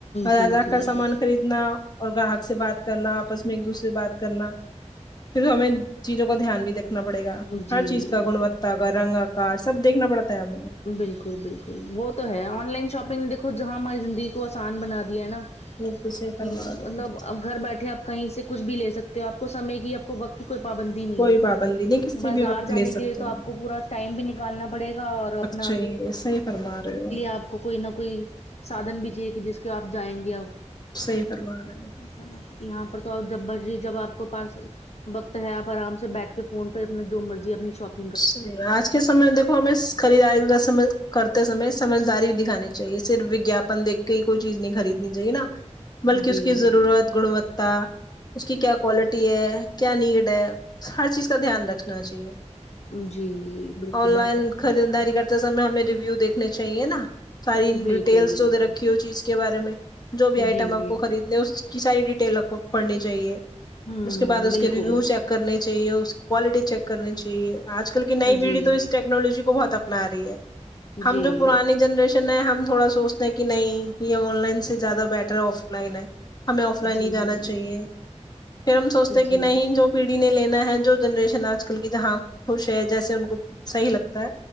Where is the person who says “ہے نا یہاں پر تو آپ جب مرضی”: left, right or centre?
Left